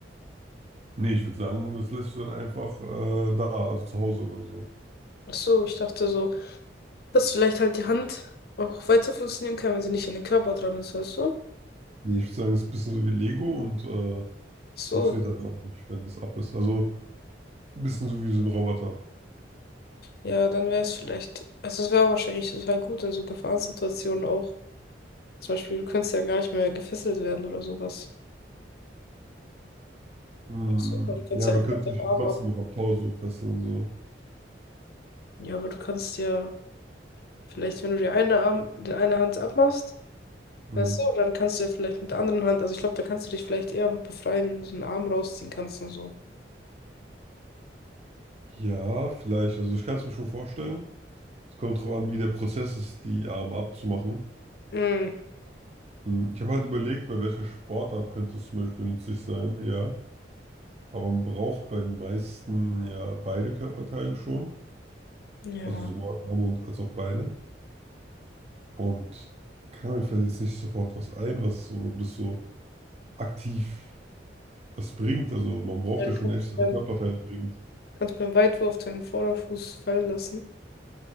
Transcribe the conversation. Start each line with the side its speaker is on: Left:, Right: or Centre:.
Right: Nee, ich würde sagen, das lässt du dann einfach äh, da, also zu Hause oder so.
Left: Ach so, ich dachte so. Dass vielleicht halt die Hand auch weiter funktionieren kann, wenn sie nicht an den Körper dran ist, weißt du?
Right: Nee, ich würde sagen, es ist ein bisschen so wie Lego und äh,
Left: So,
Right: es funktioniert dann auch nicht, wenn es ab ist. Also ein bisschen so wie so ein Roboter.
Left: ja, dann wäre es vielleicht, also es wäre wahrscheinlich total gut in so Gefahrensituationen auch. Zum Beispiel, du könntest ja gar nicht mehr gefesselt werden oder sowas.
Right: Hm.
Left: Weißt du, weil du kannst
Right: Ja,
Left: ja
Right: man
Left: einfach
Right: könnte
Left: deinen
Right: dich
Left: Arm
Right: trotzdem
Left: ab.
Right: noch am Tau so fesseln, so.
Left: Ja, aber du kannst ja vielleicht, wenn du die eine Arm, die eine Hand abmachst,
Right: Hm.
Left: weißt du, dann kannst du ja vielleicht mit der anderen Hand, also ich glaube, da kannst du dich vielleicht eher noch befreien, wenn du so einen Arm rausziehen kannst und so.
Right: Ja, vielleicht. Also ich kann es mir schon vorstellen. Es kommt darauf an, wie der Prozess ist, die Arme abzumachen.
Left: Mm,
Right: Hm. Ich habe halt überlegt, bei welcher Sportart könnte es zum Beispiel nützlich sein, ja. Aber man braucht bei den meisten ja beide Körperteile schon.
Left: ja.
Right: Also sowohl Arme und als auch Beine. Und kann mir fällt jetzt nicht sofort was ein, was so, das so aktiv was bringt. Also man braucht
Left: Ja, du
Right: ja schon
Left: kannst
Right: echt seine
Left: beim,
Right: Körperteile bringt.
Left: kannst beim Weitwurf deinen Vorderfuß fallen lassen.